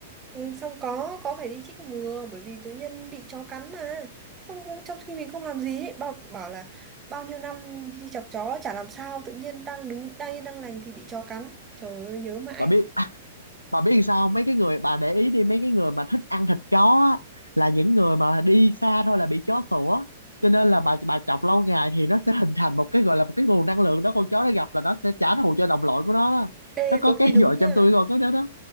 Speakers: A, on the right; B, on the left.
A: ừ, xong có có phải đi chích ngừa bởi vì tự nhiên bị chó cắn mà xong trong khi mình không làm gì ấy, bảo bảo là bao nhiêu năm đi chọc chó chả làm sao tự nhiên đang đứng đang yên đang lành thì bị chó cắn trời ơi nhớ mãi
B: bà biết bà biết làm sao không? mấy cái người bà để ý đi mấy cái người mà thích ăn thịt chó á, là những người mà đi xa thôi là bị chó sủa cho nên là bà bà chọc lâu ngày thì nó sẽ hình thành một cái gọi là một cái nguồn năng lượng đó con chó nó gặp là nó sẽ trả thù cho đồng loại của nó đó
A: ê
B: nó có
A: có khi
B: cái
A: đúng
B: gọi
A: nha
B: trong tôi rồi có đó đó